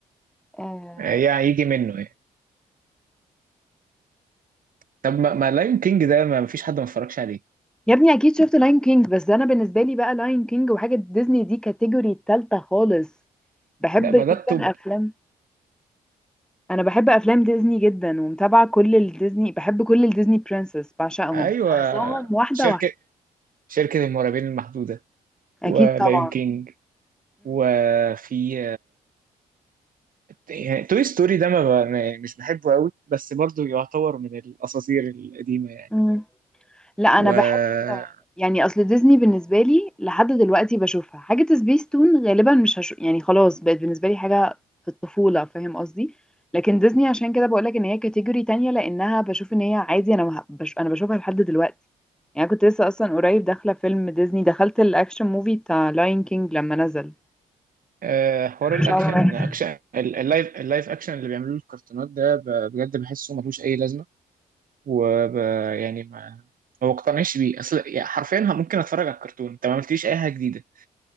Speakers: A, in the centre; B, on the right.
A: آه
B: يعني يجي منه يعني طب ما, ما لاين كينج ده ما فيش حد ما اتفرجش عليه
A: يا ابني اكيد شفت لاين كينج بس ده انا بالنسبه لي بقى لاين كينج وحاجه ديزني دي كاتيجوري التالتة خالص بحب
B: ده ما
A: جدا
B: ده الطب
A: افلام انا بحب افلام ديزني جدا ومتابعه كل الديزني بحب كل الديزني برنسس بعشقهم
B: ايوه
A: حافظاهم واحده
B: شركة
A: واحده
B: شركة المرعبين المحدودة
A: اكيد
B: ولايون
A: طبعا
B: كينج وفي يعني توي ستوري ده ما ب- ما- مش بحبه قوي بس برضو يعتبر من الاساطير القديمة يعني
A: امم لا
B: و
A: انا بحب يعني اصل ديزني بالنسبه لي لحد دلوقتي بشوفها حاجه سبيس تون غالبا مش هشوف يعني خلاص بقت بالنسبه لي حاجه في الطفوله فاهم قصدي لكن ديزني عشان كده بقول لك ان هي كاتيجوري تانية لانها بشوف ان هي عادي انا مه- بش... انا بشوفها لحد دلوقتي يعني كنت لسه اصلا قريب داخله فيلم ديزني دخلت الاكشن موفي بتاع لاين كينج لما نزل
B: آه، حوار الاكشن
A: مش عارفه
B: اكشن ال- اللايف اللايف اكشن اللي بيعملوه الكرتونات ده ب- بجد بحسه ملوش اي لازمه وب يعني ما ما بقتنعش بيه اصل يعني حرفيا ه- ممكن اتفرج على الكرتون انت ما عملتليش اي حاجه جديده